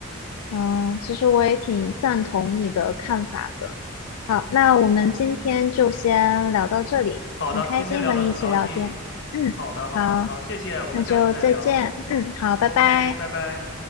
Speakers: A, on the left (about 80°); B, on the left (about 50°).
A: 嗯，其实我也挺赞同你的看法的。好，那我们今天就先聊到这里，
B: 是的，好的，
A: 很开心和你一起聊天。
B: 今天聊的很高兴。
A: 嗯，
B: 好的，好的，
A: 好，
B: 好，谢谢，我们下次再聊。
A: 那就再见。嗯，好，拜拜。
B: OK，拜拜。